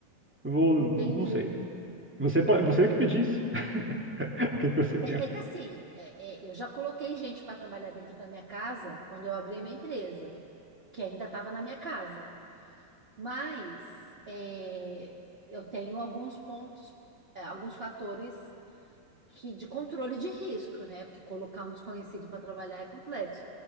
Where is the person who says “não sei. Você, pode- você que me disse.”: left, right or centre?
Centre